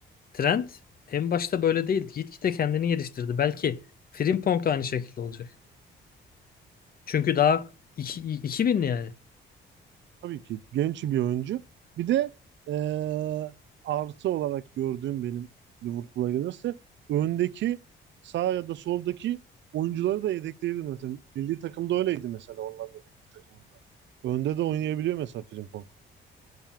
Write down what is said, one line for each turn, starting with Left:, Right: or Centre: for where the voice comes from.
Left: Trent en başta böyle değildi. Gitgide kendini geliştirdi. Belki Frimpong da aynı şekilde olacak. Çünkü daha iki iki 2000'li yani.
Right: tabii ki genç bir oyuncu. Bir de eee artı olarak gördüğüm benim Liverpool'a gelirse öndeki sağ ya da soldaki oyuncuları da yedekleyebilir mesela. Milli takımda öyleydi mesela Hollanda milli takımında. Önde de oynayabiliyor mesela Frimpong.